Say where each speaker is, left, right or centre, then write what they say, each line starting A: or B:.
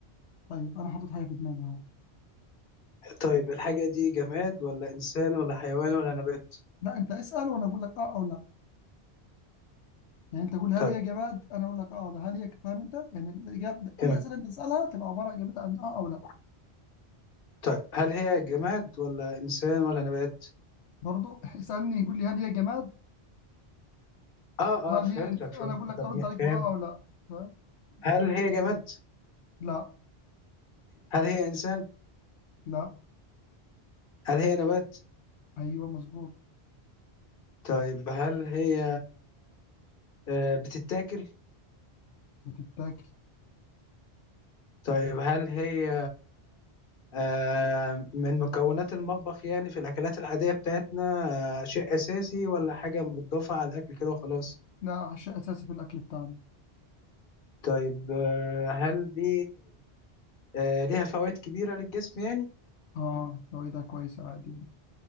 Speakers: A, on the left (about 85°); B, on the left (about 55°).
A: طيب انا حاطط حاجه في دماغي اهو
B: طيب الحاجة دي جماد ولا إنسان ولا حيوان ولا نبات
A: لا انت اسال وانا اقول لك اه او لا يعني انت قول هل
B: طيب
A: هي جماد انا اقول لك اه او لا هل هي فاهم انت يعني الاجابه كل
B: تمام
A: الاسئله انت تسالها تبقى عباره اجابتها عن اه او لا
B: طيب هل هي جماد ولا إنسان ولا نبات
A: برضو <laughs> اسالني يقول لي هل هي جماد
B: آه
A: هل
B: آه فهمتك
A: هي انت انا
B: فهمت
A: اقول لك
B: طب
A: ارد
B: ما-
A: عليك باه
B: فهمت
A: او لا فاهم
B: هل هي جماد
A: لا
B: هل هي إنسان
A: لا
B: هل هي نبات
A: ايوه مظبوط
B: طيب هل هي آه بتتاكل
A: بتتاكل
B: طيب هل هي آه، من مكونات المطبخ يعني في الأكلات العادية بتاعتنا آه، شيء أساسي ولا حاجة متضافة على الأكل كده وخلاص؟
A: لا عشاء اساسي في الاكل بتاعنا
B: طيب آه، هل دي آه، ليها فوائد كبيرة للجسم يعني؟
A: اه فوائدها كويسه عادي